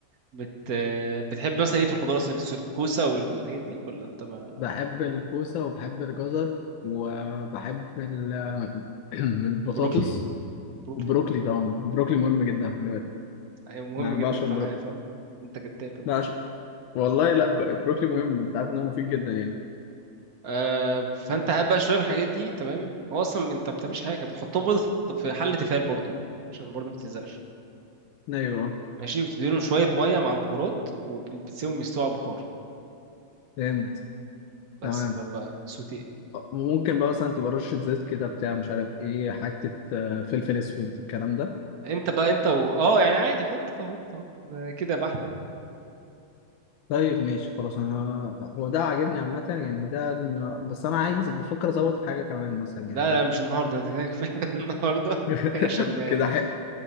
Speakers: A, on the right (about 55°); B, on the left (about 80°).
A: بت... آه، بتحب مثلا ايه في الخضار اصلا الس- الكوسه والحاجات دي ولا انت ما
B: بحب الكوسة وبحب الجزر وبحب ال- <clears throat> البطاطس
A: بروكلي بروكلي
B: والبروكلي طبعا البروكلي مهم جدا خلي بالك
A: ايوه مهم
B: يعني أنا
A: جدا
B: بعشق
A: في
B: البروكلي
A: الحياه فاهم انت كداب
B: لا والله لا ب- بروكلي مهم انت عارف ان هو مفيد جدا يعني
A: آه فانت هات بقى شويه من الحاجات دي تمام هو اصلا انت ما بتعملش حاجه بتحطهم برضه في في حله تيفال برضه بقى عشان برضه ما تلزقش
B: ايوه
A: ماشي بتديلهم شويه ميه مع البهارات وبتسيبهم يستووا على البخار
B: فهمت
A: بس
B: تمام
A: فبقى سوتيه
B: ممكن بقى مثلا تبقى رشة زيت كده بتاع مش عارف ايه حتة آه، فلفل اسود الكلام ده
A: انت بقى انت و... اه يعني عادي حط بقى حط اه ده كده بحلى يعني
B: طيب ماشي خلاص انا هو ده عاجبني عامة يعني ده أنا- بس انا عايز بفكر ازود حاجة كمان مثلا
A: لا
B: يعني
A: لا مش النهارده انت كده كفايه <laughs> النهارده <laughs>
B: <laughs>
A: عشان ما يعني
B: كده ح...